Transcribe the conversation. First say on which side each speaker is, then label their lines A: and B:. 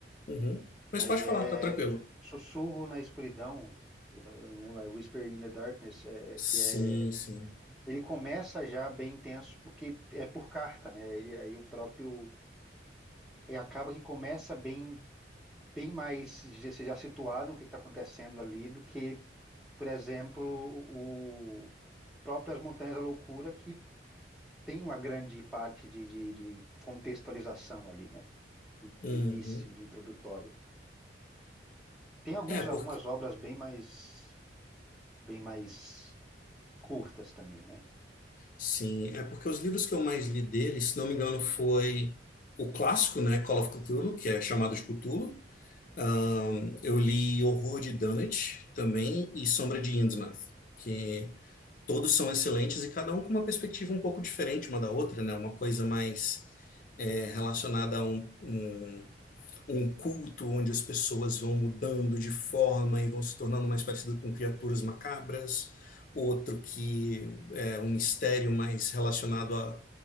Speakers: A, on the left (about 45°); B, in the centre.
A: Uhum. Mas
B: mas
A: pode
B: é
A: falar, tá tranquilo.
B: Sussurro na Escuridão, eu da- eu não lembro, é Whisper in the Darkness, é,
A: Sim,
B: é, que é.
A: sim.
B: Ele começa já bem intenso, porque é por carta, né? Ele, aí o próprio. Aí acaba que começa bem, bem mais já- você já situado no que está acontecendo ali do que, por exemplo, o próprio As Montanhas da Loucura, que tem uma grande parte de, de de contextualização ali, né?
A: Uhum.
B: De início, de introdutória. Tem alguns,
A: É porque
B: algumas obras bem mais, bem mais curtas também, né?
A: sim, é porque os livros que eu mais li dele, se não me engano, foi o clássico, né, Call of Cthulhu, que é chamado de Cthulhu. Ahn, eu li Horror de Dunwich também e Sombra de Innsmouth, que todos são excelentes e cada um com uma perspectiva um pouco diferente uma da outra, né? Uma coisa mais é, relacionada a um, um um culto onde as pessoas vão mudando de forma e vão se tornando mais parecidas com criaturas macabras, outro que é um mistério mais relacionado à,